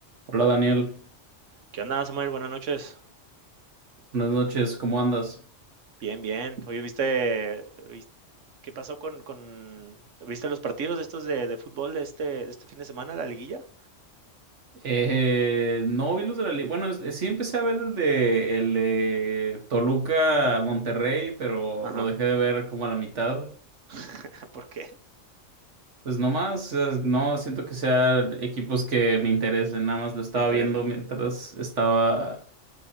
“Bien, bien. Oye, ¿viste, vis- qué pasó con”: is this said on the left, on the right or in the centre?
Right